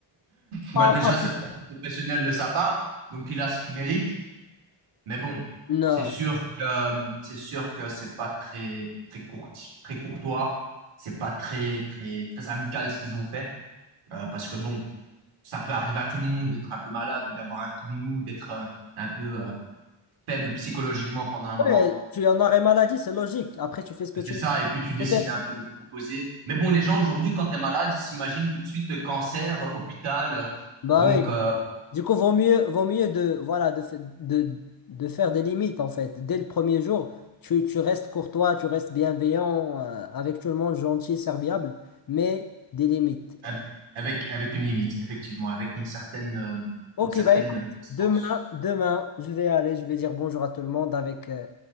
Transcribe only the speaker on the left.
Pas
en
Non.
Ouais, tu en arrêt maladie, c'est logique. Après, tu fais ce que
tu
veux.
Peut-être.
Bah
oui.
Du coup, vaut mieux, vaut mieux de, voilà, de, fa- de, de faire des limites, en fait. Dès le premier jour, tu, tu restes courtois, tu restes bienveillant, euh, avec tout le monde, gentil, serviable, mais des limites.
Ok,
bah écoute,
demain, demain, je vais aller, je vais dire bonjour à tout le monde avec, euh,